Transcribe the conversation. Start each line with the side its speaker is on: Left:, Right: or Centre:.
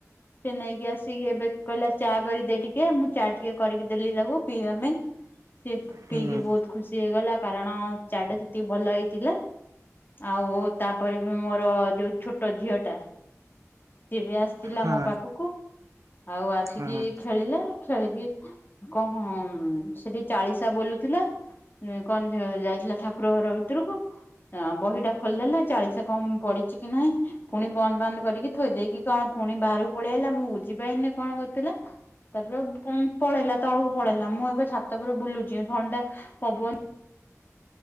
Left: ସେ ନେଇକି ଆସିକି ଏବେ କହିଲା ଚା କରିଦେ ଟିକେ ମୁଁ ଚା ଟିକେ କରିକି ଦେଲି ତାକୁ ପିଇବା ପାଇଁ। ସେ
Right: ହୁଁ
Left: ପିଇକି ବହୁତ୍ ଖୁସି ହେଇଗଲା କାରଣ ଚାଟା ଯେତିକି ଭଲ ହେଇଥିଲା। ଆଉ ତାପରେ ବି ମୋର ଯୋଉ ଛୋଟ ଝିଅ ଟା ସିଏ ବି ଆସିଥିଲା
Right: ହଁ
Left: ମୋ ପାଖୁକୁ ଆଉ ଆସିକି
Right: ହଁ
Left: ଖେଳିଲା ଖେଳିକି କ ହଁ ମ ସେଠି ଚାଳିଶା ବୋଲୁଥିଲା। ଉଁ କଣ ଯାଇଥିଲା ଠାକୁର ଘର ଭିତୁରୁକୁ ହଁ ବହିଟା ଖୋଲିଦେଲା ଚାଳିଶା କମ୍ ପଡିଚି କି ନାହିଁ ପୁଣି ବନ୍ଦ ବାନ୍ଦ କରିକି ଥୋଇ ଦେଇକି କଣ ପୁଣି ବାହାରକୁ ପଳେଇ ଆଇଲା ମୁଁ ବୁଝି ପାଇନେଇ କଣ କରିଥିଲା। ତାପରେ ପୁ ପଳେଇଲା ତଳକୁ ପଳେଇଲା ମୁଁ ଏବେ ଛାତ ଉପରେ ବୁଲୁଚି ଥଣ୍ଡା ପବନ